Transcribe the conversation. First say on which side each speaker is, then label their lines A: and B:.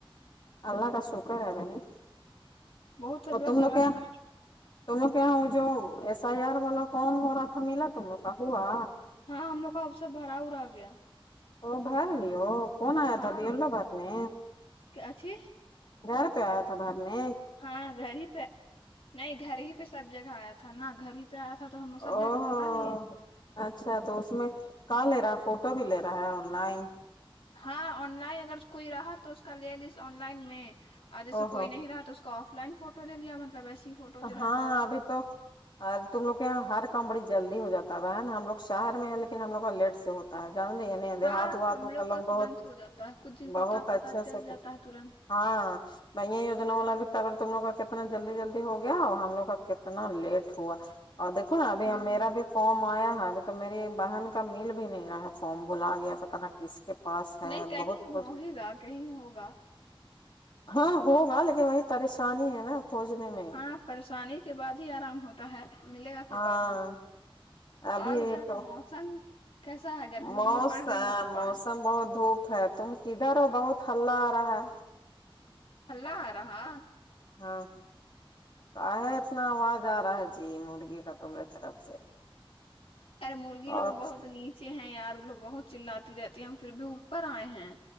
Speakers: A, on the left (about 50°); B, on the left (about 75°).
A: الله کاشکر شوکر ہے نہیں
B: بہت اللہ
A: تو تم
B: خلا
A: لو کیا
B: خ
A: تم لوگ کے وہ جو ایس آئی آر والا فارم ہو رہا تھا ملا تم لوگ کا ہوا
B: ہاں ہم لوگ کا اوسر بھرا ہو رہا گیا
A: او بھر لی ہو کون آیا
B: ہاں
A: تھا بی یل او بھر نے
B: اچھی
A: گھر پہ آیا تھا بھر نے
B: ہاں گھر ہی پہ نہیں گھر ہی پہ سب جگہ آیا تھا نا گھر ہی پہ پیارا تھا تو ہم سب
A: او
B: جا کے بھروا لیے
A: اچھا تو اس میں کا لے رہا ہے فوٹو بھی لے رہا ہے آن لائن
B: ہاں آن لائن اگر کوئی رہا تو اس کا لے لیس آن لائن میں اور جیسے
A: او ہو
B: کوئی نہیں رہا تو آف لائن فوٹو لے لیا مطلب ایسی فوٹو جو
A: ہاں
B: رہتا ہے
A: ابھی تو تم لوگ کے یہاں ہر کام بڑی جلدی ہو جاتا ہے بہین ہم لوگ شہر میں ہے لیکن ہم لوگ کا لیٹ سے ہوتا ہے جلد نہیں ہے دیہات
B: ہاں
A: و ہات
B: ہم
A: کا لوگ بہت
B: ترنت ہو جاتا ہے کچھ
A: بہت
B: ہوتا پتا
A: اچھے
B: چل
A: سے کہتے
B: جاتا ہے ترنت
A: <unintelligible> ہو گیا اور ہم لوگ کا کتنا لیٹ ہوا اور دیکو نا ابھی
B: ہاں
A: میرا بھی فارم آیا ہے ابھی تو میری ایک بہن کا میل بھی نہیں رہا فارم بھلا گیا پتا نا کس کے پاس ہے
B: نہیں کہیں
A: بہت
B: ہو
A: کچھ
B: ہی گا کہیں ہوگا
A: ہاں ہوگا لیکن وہیں پریشانی ہے نا خوجنے میں
B: ہاں پریشانی کے بعد ہی آرام ہوتا ہے ملے گا پھر
A: ہاں
B: بعد میں
A: ابھی
B: اور ادھر
A: تو
B: کا موسم کیسا ہے گرمی
A: موس
B: ارمی پڑ رہی کہ پانی
A: موسم بہت دھوپ تم کدھر ہو بہت ہللہ آ رہا ہے
B: ہللا آرہا
A: ہاں کاہے اتنا آواز آ رہا ہے جی مرغی کا تمرے طرف سے
B: اارے مرغی لوگ
A: اور
B: بہت نیچے ہیں یار وہ لوگ بہت چلاتی رہتی ہے ہم پھر بھی اوپر آئے ہیں